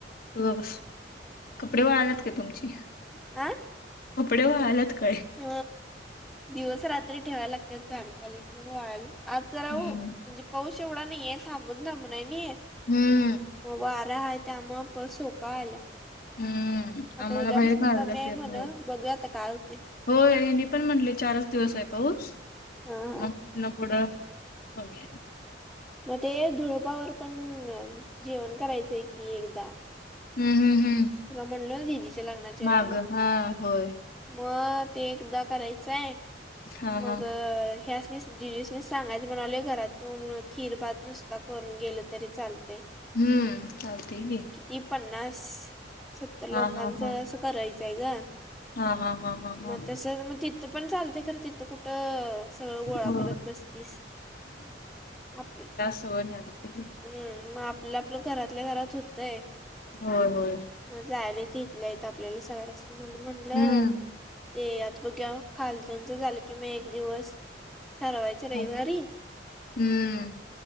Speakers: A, on the left; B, in the centre.
A: तू गप बस कपडे वळालात काय तुमची
B: आ
A: कपडे वळालात काय?
B: अ दिवस रात्री ठेवायला लागतात. फॅन खाली म्हणून वाळाला आज जरा हो
A: हम्म
B: म्हणजे पाऊस एवढा नाहीये थांबून थांबून आहे नाही.
A: हम्म
B: मग वारा आहे त्यामूळे पाऊस सोका आला.
A: हम्म
B: आता
A: आम्हाला
B: उद्यापसन
A: बाहेर घालायलाच
B: कमी आहे
A: येत
B: म्हण
A: नाही
B: बघू आता काय होते.
A: होय हेनी पण म्हटले चारच दिवस आहे पाऊस
B: हा हा
A: मग ना थोडं कमी आहे.
B: मग ते धुळुपावर पण जेवण करायचंय कि एकदा
A: हम्म हम्म हम्म
B: तुला म्हणलो दिदीच्या लग्नाच्या
A: मागं.
B: वेळेला
A: हां, होय.
B: मग ते एकदा करायचंय
A: हां,
B: मग
A: हां.
B: ह्या दिदीसनी सांगायच म्हणाले घरातून खीर भात नुसता करून गेलं तरी चालतंय.
A: हम्म चालते की
B: ती पन्नास सत्तर लोकांच
A: हां, हां, हां.
B: असं करायचंय ग
A: हां, हां, हां, हां, हां.
B: मग तसं मग ति तर पण चालते खरं तिथं कुठं. सगळ गोळा
A: होय.
B: करत बसतीस आपली.
A: सगळ झाला पाहिजे.
B: हम्म मग आपलं आपलं घरातल्या घरात होतय.
A: हो हो.
B: मग जायलाेत इथल्या इथ आपल्याला सगळ्यासनी म्हणून म्हणलं.
A: हं.
B: ते आता बघ्या खालच्यानच झालं की म एक दिवस.. ठरवायचं रविवारी
A: हं, हं.